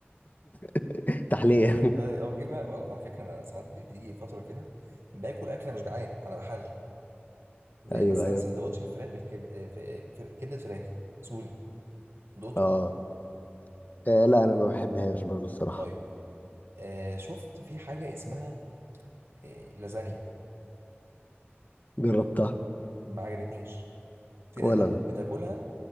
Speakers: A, on the left (about 45°); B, on the right (about 80°).
A: <laughs> تحلية <laughs>
B: آه، او جيب على فكره انا ساعات بي- بتيجي فتره كده باكل اكله مش جعان انا بحل زي
A: ايوه
B: مثلا
A: ايوه
B: سندوتش الفراخ بالكبد آه، في- في- كبده فراخ سوري دوتو
A: اه آه، لا انا ما بحبهاش برضو الصراحة
B: طيب آه شفت في حاجه اسمها آه لازانيا
A: جربتها
B: ما عجبتنيش في
A: ولا
B: ناس بقى
A: انا
B: بتاكلها